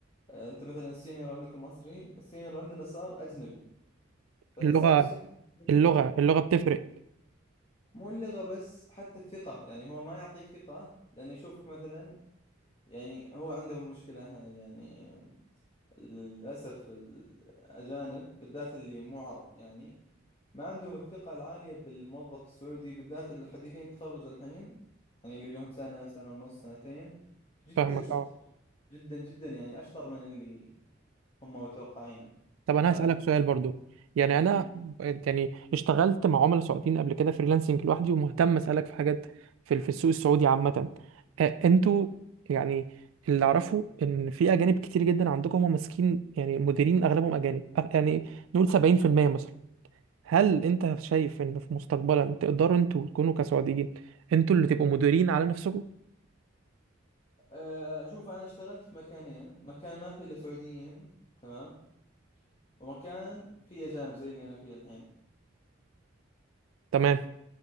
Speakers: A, on the left (about 30°); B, on the right (about 85°).
A: أنت مثلا السينيور عندكم مصري السينيور عندنا صار أجنبي فصار
B: اللغة
A: السينيور أجنبي
B: اللغة اللغة بتفرق
A: مو اللغة بس حتى الثقة يعني هو ما يعطيك ثقة لأنه يشوفك مثلا يعني هو عنده مشكلة يعني للأسف الأجانب بالذات اللي مو عرب يعني ما عندهم الثقة العالية بالموظف السعودي بالذات الحديثين تخرج الحين يعني اللي لهم سنة سنة ونص سنتين جدا
B: فاهمك
A: شطار
B: اه
A: جدا جدا يعني أشطر من اللي هم متوقعينه
B: طب انا
A: ف
B: هسألك سؤال برضو يعني انا
A: مم.
B: يعني اشتغلت مع عملاء سعوديين قبل كده فريلانسنج لوحدي ومهتم اسألك في حاجات في في السوق السعودي عامة آه، انتوا
A: كو-
B: يعني اللي اعرفه ان في اجانب كتير جدا عندكم هم ماسكين يعني مديرين اغلبهم اجانب أغ- يعني نقول 70% مثلا هل انت شايف ان في مستقبلا تقدروا انتوا تكونوا كسعوديين انتوا اللي تبقوا مديرين على نفسكم
A: آه، أشوف أنا اشتغلت في مكانين مكان ما فيه إلا سعوديين تمام ومكان فيه أجانب زي اللي أنا فيه الحين
B: تمام